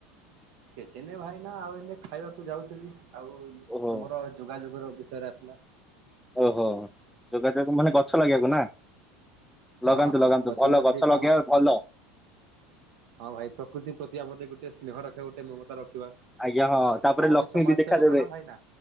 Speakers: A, on the right; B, in the centre.
A: କିଛି ନାଇଁ ଭାଇନା ଆଉ ଏନେ ଖାଇବାକୁ ଯାଉଥିଲି ଆଉ
B: ଓହୋ
A: ତୁମର ଯୋଗାଯୋଗର ବିଷୟରେ ଆସିଲା।
B: ଓହୋ ଯୋଗାଯୋଗ ମାନେ ଗଛ ଲଗେଇିବାକୁ ନା। ଲଗାନ୍ତୁ
A: ହଁ ହଁ
B: ଲଗାନ୍ତୁ ଭଲ
A: ଲଗାରେ
B: ଗଛ
A: ଟିକେ
B: ଲଗେଇବାର
A: କାମ ପ
B: ଭଲ।
A: ହଁ ଭାଇ ପ୍ରକୃତି ପ୍ରତି ଆମର ଗୋଟେ ସ୍ନେହ ରଖିବା ଗୋଟେ ମମତା ରଖିବା।
B: ଆଜ୍ଞା ହଁ ତାପରେ
A: ଆ
B: ଲକ୍ଷ୍ମୀବି
A: ବି ସମାଜ
B: ଦେଖା
A: ସେବକ
B: ଦେବେ
A: ନା ଭାଇନା